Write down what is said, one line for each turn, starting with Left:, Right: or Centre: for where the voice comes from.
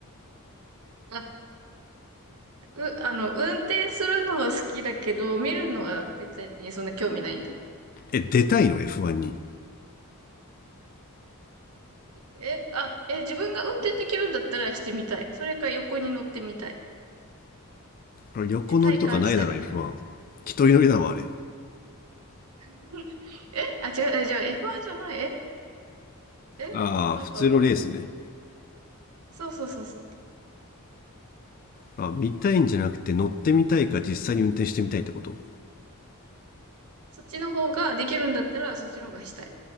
Right: あ、う、あの、運転するのは好きだけど、見るのは別にそんな興味ないんだ。
Left: え、出たいの ?F1 に。
Right: え、あ、え、自分が運転できるんだったらしてみたい。それか横に乗ってみたい。
Left: あ横乗りとかないだろ
Right: で、体感したい。
Left: F1。一人乗りだわ、あれ。
Right: <laughs> え、あ、違う、えじゃあ F1 じゃないえ、え、
Left: ああ、
Right: なんか、
Left: 普通のレースね。
Right: そうそうそうそう。
Left: あ、見たいんじゃなくて乗ってみたいか実際に運転してみたいってこと
Right: そっちの方ができるんだったら、そっちの方がしたい。